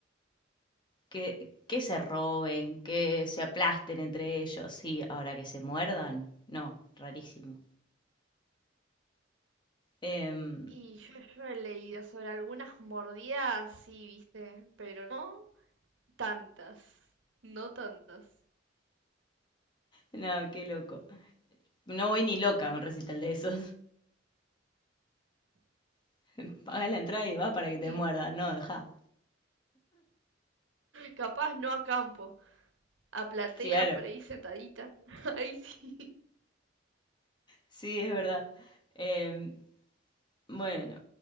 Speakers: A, on the left; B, on the right.
A: Que, que se roben, que se aplasten entre ellos, sí, ahora que se muerdan, no, rarísimo. Em,
B: Y yo, yo he leído sobre algunas mordidas, sí, viste, pero no tantas, no tantas.
A: no, qué loco. No voy ni loca
B: Mm.
A: a un recital de esos. <laughs> Paga la entrada y va para que te
B: Y
A: muerdan, no, deja.
B: capaz no a campo, a platea
A: Claro,
B: por ahí sentadita, <laughs> ahí sí.
A: sí, es verdad. Em, bueno,